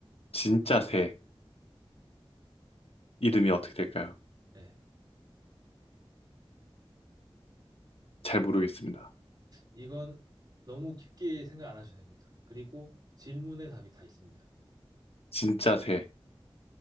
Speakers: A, on the left; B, on the right.
A: 진짜 새. 이름이 어떻게 될까요?
B: 네.
A: 잘 모르겠습니다.
B: 이건 너무 깊게 생각 안 하셔도 됩니다. 그리고 질문에 답이 다 있습니다.
A: 진짜 새.